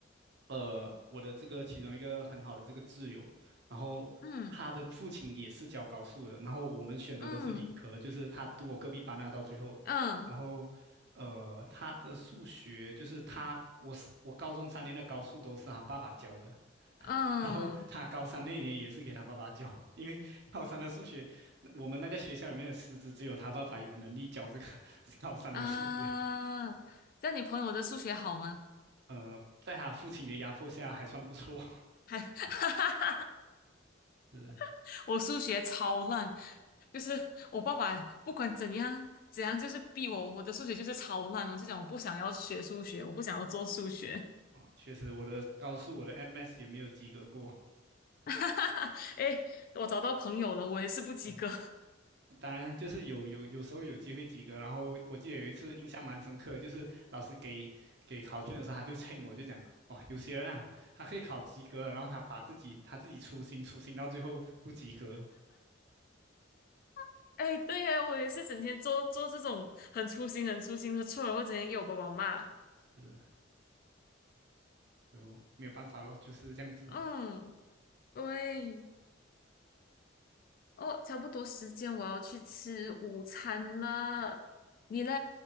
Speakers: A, on the right (about 55°); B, on the left (about 45°).
A: 呃，我的这个其中一个很好的这个挚友，然后他的父亲也是教高数的，
B: 嗯
A: 然后我们选的都是理科，
B: 嗯
A: 就是他读我隔壁班啊，到最后，
B: 嗯
A: 然后呃，他的数学就是他，我是我高中三年的高数都是他爸爸教的，
B: 嗯
A: 然后他高三那年也是给他爸爸教，因为高三的数学，我们那个学校里面的师资只有他爸爸有能力教这个 <laughs> 高三的数学，
B: 啊！这样你朋友的数学好吗？
A: 呃，在他父亲的压迫下还算不错，
B: 还
A: <laughs> 是。
B: <laughs> 我数学超烂，就是我爸爸不管怎样怎样，就是逼我，我的数学就是超烂。我就讲我不想要学数学，我不想要做数学。
A: 啊，确实，我的高数我的 MS 也没有及格过。
B: <laughs> 哎我找到朋友了，我也是不及格。
A: 嗯当然，就是有有有时候有机会及格。然后我记得有一次印象蛮深刻，就是老师给给考卷的时候，他就称我就讲，哇，有些人啊，他可以考及格了，然后他把自己他自己粗心粗心到最后不及格，
B: <laughs> 哎，对呀，我也是整天做做这种很粗心、很粗心的错，然后整天给我爸爸骂。
A: 是就没有办法咯，就是这样子。
B: 嗯，对，哦，差不多时间，我要去吃午餐了。你嘞？